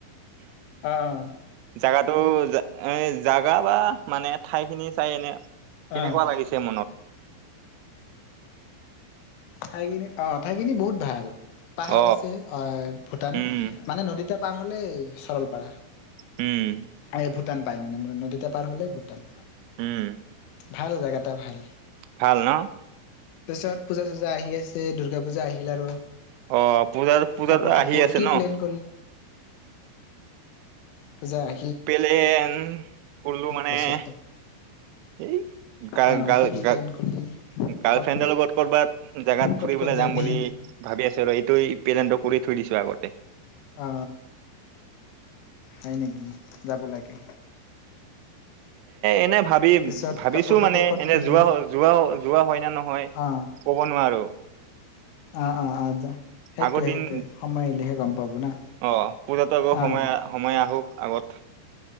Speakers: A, on the left (about 75°); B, on the right (about 85°).
A: অঁ।
B: জাগাটো এ জাগা বা মানে ঠাই খিনি চাই এনে কেনেকুৱা
A: অ
B: লাগিছে মনত?
A: ঠাইখিনিত অঁ ঠাইখিনি বহুত ভাল পাহাৰ
B: অ
A: আছে অ ভূটান
B: উম
A: মানে নদীতা পাৰ হ'লেই চৰলপাৰা
B: উম
A: এই ভূটান পাই মানে নদীতা পাৰ হ'লেই ভূটান
B: উম
A: ভাল জেগাটা ভাল
B: ভাল ন
A: তাৰপিছত পূজা চূজা আহি আছে দুৰ্গা পূজা আহিল আৰু
B: অ পূজাত পূজা
A: কাপোৰ তাপোৰ
B: আহি আছে ন
A: <unintelligible> অ পূজা আ
B: প্লেন কৰিলো মানে
A: বছৰটো
B: এই গ
A: অ
B: গাৰ
A: কি কি
B: গা
A: প্লেন কৰিলি
B: গাৰ্লফ্ৰেণ্ডৰ
A: ক'ত
B: লগত কৰ'বাত জেগাত
A: ক'ত
B: ফুৰিবলৈ
A: ক'ত যাবি
B: যাম বুলি ভাবি আছো ৰ এইটো এই পেলেণ্টটো কৰি থৈ দিছো আগতে।
A: অ হয় নেকি, যাব লাগে।
B: এনে ভাবি
A: পিছত
B: ভাবিছো
A: কাপোৰ তাপোৰ
B: মানে
A: ক'ত
B: এনে
A: পিন্ধবি
B: যোৱা যোৱা যোৱা হয় নে নহয়।
A: অ
B: ক'ব নোৱাৰো।
A: অ অ অ যা সেইটোয়ে
B: আগৰ দিন
A: সেইটোয়ে সময় আহিলেহে গম পাব না।
B: অ পূজাতো আকৌ
A: অ
B: সময় আ সময় আহক আগত